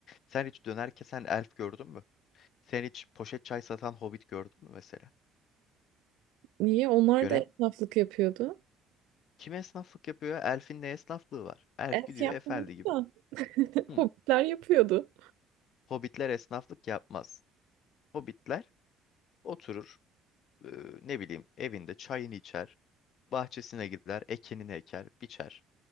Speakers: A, on the left; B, on the right.
A: Sen hiç döner kesen elf gördün mü? Sen hiç poşet çay satan hobbit gördün mü mesela?
B: Niye? Onlar
A: Gören
B: da esnaflık yapıyordu.
A: kim esnaflık yapıyor? ya? Elfin ne esnaflığı var? Elf
B: Es
A: gidiyor
B: yapmıyordu
A: efendi gibi.
B: da <laughs>
A: Hı.
B: hobbitler yapıyordu.
A: Hobbitler esnaflık yapmaz. Hobbitler oturur, e, ne bileyim evinde çayını içer, bahçesine gider, ekinini eker, biçer.